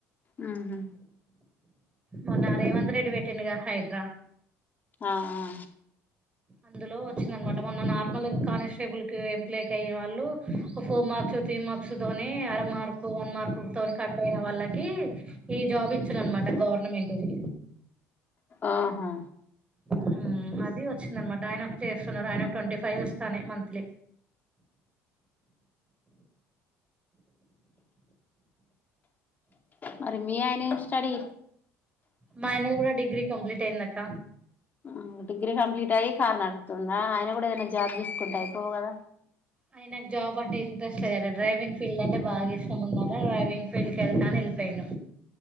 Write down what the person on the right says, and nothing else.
మొన్న రేవంత్ రెడ్డి బెట్టిండు గా హైడ్రా
అందులో వచ్చింది అనమాట మొన్న నార్మల్ కానిస్టేబుల్ కి ఎంప్లిక్ అయే వాళ్ళు ఫోర్ మార్క్స్ త్రి మార్క్స్ తోని అర మార్కు వన్ మార్కు తోని కట్ అయిన వాళ్ళకి ఈ జాబ్ ఇచ్చిళ్ళు అనమాట అంటే గవర్నమెంట్ ది
ఆ అది వచ్చింది అనమాట ఆయన చేస్తున్నారు ఆయన ట్వంటీ ఫైవ్ వస్తానై మంత్లీ
మా ఆయనది కూడా డిగ్రీ కంప్లీట్ అయింది అక్క
ఆయన కు జాబ్ అంటే ఇంట్రెస్ట్ లేదు డ్రైవింగ్ ఫీల్డ్ అంటే బాగా ఇష్టం అన్నమాట డ్రైవింగ్ ఫీల్డ్ కు వెళ్తా అని వెల్ లీపెండు